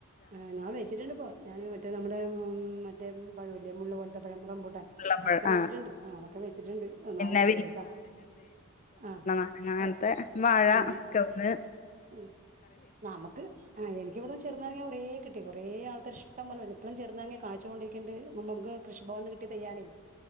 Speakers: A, on the right; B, on the left.
A: ആ ഞാൻ വെച്ചിട്ട്ണ്ട് പ്പൊ. ഞാന് മറ്റേ നമ്മടെ മ് മറ്റേ പഴവില്ലേ മുള്ള് പോല്ത്തെ പഴ റംബുട്ടാൻ
B: കുളമ്പഴം
A: അതൊക്കെ
B: ആ
A: വെച്ചിട്ടുണ്ട് അതൊക്കെ വെച്ചിട്ടുണ്ട് ന്നു
B: പിന്നെ
A: ആയില്ല ചെറുതാ ആഹ്
B: ന്നെ അങ്ങൻത്തെ
A: ഓഹ്
B: വാഴ
A: ഓഹ്
B: കവുങ്
A: ഉം നമക്ക് ആ എനിക്ക്വ്ട ചെറുനാ രങ്ങ കൊറേ കിട്ടി. കൊറേ ആൾക്കാർ ഇഷ്ടമ്പോലെ വരും ഇപ്പളും ചെറുനാരങ്ങ കായ്ച്ചു കൊണ്ടിരിക്ണ്ട് നമുക്ക് കൃഷിഭവൻന്ന് കിട്ടിയ തയ്യാണേ.